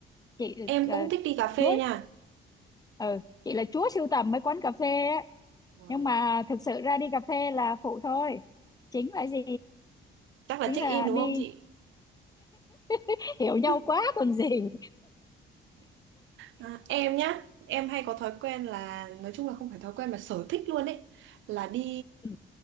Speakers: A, on the left; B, on the right.
A: chị
B: em
A: là
B: cũng thích đi cà phê
A: chúa
B: nha
A: ừ chị là chúa sưu tầm mấy quán cà phê á
B: Uầy,
A: nhưng mà thực sự ra đi cà phê là phụ thôi chính là gì
B: chắc là
A: chính
B: check
A: là
B: in đúng
A: đi
B: không chị
A: <laughs> hiểu nhau
B: <laughs>
A: quá còn gì <laughs>
B: À, em nhá, em hay có thói quen là nói chung là không phải thói quen mà sở thích luôn ấy là đi
A: ừ